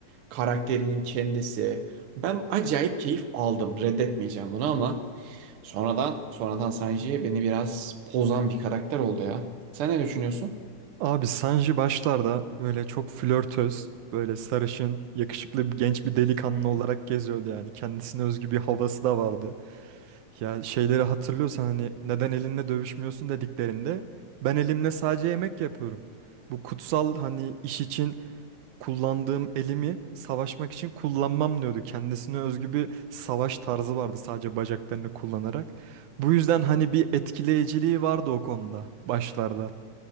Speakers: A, on the right; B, on the right.
A: karakterinin kendisi. Ben acayip keyif aldım. Reddetmeyeceğim bunu ama sonradan sonradan Sanji beni biraz pozan bir karakter oldu ya. Sen ne düşünüyorsun?
B: Abi Sanji başlarda böyle çok flörtöz, böyle sarışın, yakışıklı bir genç bir delikanlı olarak geziyordu yani. Kendisine özgü bir havası da vardı. Ya şeyleri hatırlıyorsan hani neden elinle dövüşmüyorsun dediklerinde ben elimle sadece yemek yapıyorum. Bu kutsal hani iş için kullandığım elimi savaşmak için kullanmam diyordu. Kendisine özgü bir savaş tarzı vardı sadece bacaklarını kullanarak. Bu yüzden hani bir etkileyiciliği vardı o konuda başlarda.